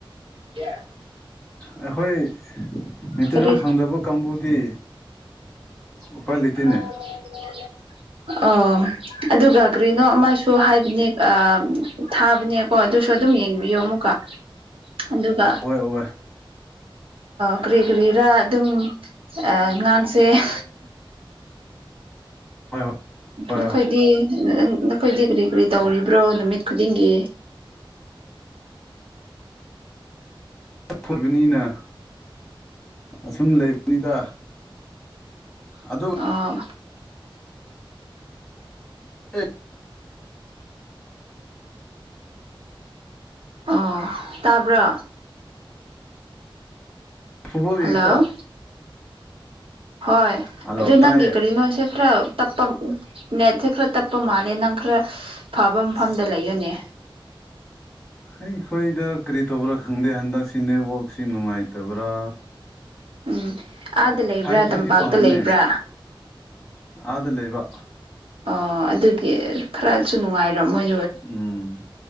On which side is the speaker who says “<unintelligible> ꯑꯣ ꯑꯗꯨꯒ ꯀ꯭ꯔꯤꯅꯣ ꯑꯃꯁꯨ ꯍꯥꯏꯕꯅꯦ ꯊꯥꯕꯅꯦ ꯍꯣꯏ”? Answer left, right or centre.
Right